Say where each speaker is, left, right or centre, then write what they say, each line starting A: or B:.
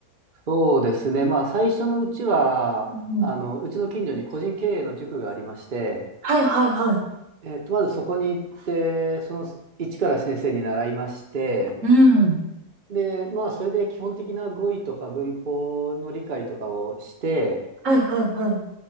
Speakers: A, on the right (about 40°); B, on the right (about 55°).
A: そうですね。まあ、最初のうちは、
B: うんうん
A: あの、うちの近所に個人経営の塾がありまして、
B: はいはいはい。
A: えっと、まずそこに行って、その一から先生に習いまして、
B: うん。
A: で、まあ、それで基本的な語彙とか文法の理解とかをして、
B: はいはいはい。